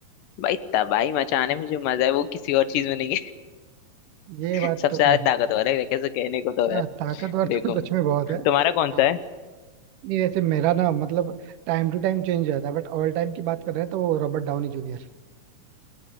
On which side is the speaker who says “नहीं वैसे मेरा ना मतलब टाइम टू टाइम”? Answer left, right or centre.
Right